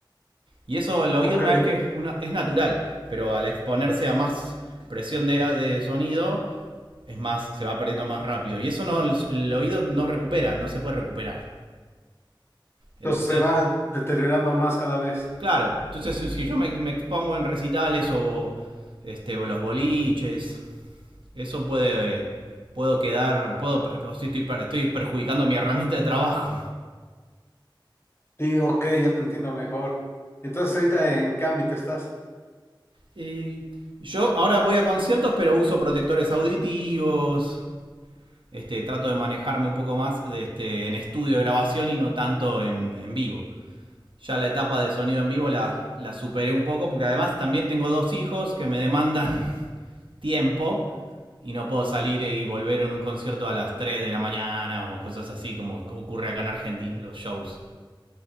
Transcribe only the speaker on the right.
Y eso el oído
una vez que una, es natural, pero al exponerse a más presión de, de sonido, es más, se va perdiendo más rápido. Y eso no, el, el, oído no recupera, no se puede recuperar.
Entonces,
claro, entonces si si yo me, me expongo en recitales o este, los boliches, eso puede, puedo quedar, puedo, estoy, estoy perjudicando mi herramienta de trabajo.
Eh, yo ahora voy a conciertos, pero uso protectores auditivos. Este, trato de manejarme un poco más de este, en estudio de grabación y no tanto en, en vivo. Ya la etapa de sonido en vivo la, la superé un poco porque además también tengo dos hijos que me demandan <laughs> tiempo y no puedo salir y volver en un concierto a las 3 de la mañana o cosas así como ocurre acá en Argentina, los shows.